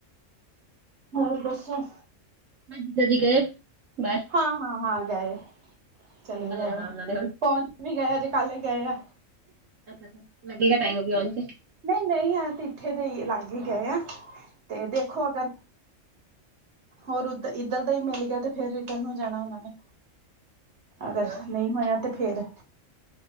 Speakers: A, on the right; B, on the right.
A: ਹੋਰ ਦੱਸੋ?
B: ਹਾਂਜੀ ਦੀਦੀ ਗਏ ਬਾਹਰ।
A: ਹਾਂ ਹਾਂ ਹਾਂ ਗਏ ਚਲੇ
B: ਕਦੋਂ
A: ਗਏ
B: ਆਉਣਾ
A: ਉਹ
B: ਉਹਨਾਂ ਨੇ ਹੁਣ।
A: ਪਹੁੰਚ ਵੀ ਗਏ ਹਜੇ ਕੱਲ ਗਏ ਆ।
B: ਅੱਛਾ ਅੱਛਾ ਲੱਗੇਗਾ ਟਾਈਮ ਵੀ ਆਉਂਣ ਤੇ।
A: ਨਹੀਂ ਨਹੀਂ ਅਸੀ ਇੱਥੇ ਦੇ ਹੀ ਲਾਗੇ ਗਏ ਆ ਤੇ ਦੇਖੋ ਅਗਰ। ਹੋਰ ਉੱਧਰ ਇੱਧਰ ਦਾ ਹੀ ਮਿਲ ਗਿਆ ਤੇ ਫੇਰ ਇੱਧਰ ਨੂੰ ਜਾਣਾ ਉਹਨਾਂ ਨੇ।
B: ਹਾਂ-ਹਾਂ,
A: ਅਗਰ ਨਹੀਂ ਹੋਇਆ ਤੇ ਫੇਰ